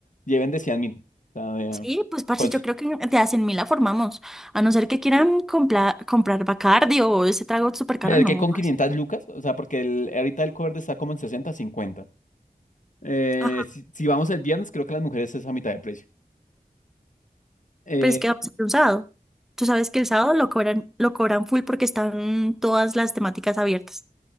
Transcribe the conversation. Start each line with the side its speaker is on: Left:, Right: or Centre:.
Left: lleven de 100 mil. O sea, de-
Centre: Sí, pues parce,
Left: cons-
Centre: yo creo que de hacen 100 mil la formamos. A no ser que quieran compla- comprar Bacardi o ese trago súper
Left: Pero
Centre: caro,
Left: el
Centre: no,
Left: que con
Centre: parce.
Left: 500 lucas, o sea, porque el, ahorita el cover está como en 60 cincuenta Eh,
Centre: Ajá.
Left: si, si vamos el viernes, creo que las mujeres es a mitad de precio. Eh,
Centre: Pues que vamos a hacer un sábado. Tú sabes que el sábado lo cobran, lo cobran full porque están todas las temáticas abiertas.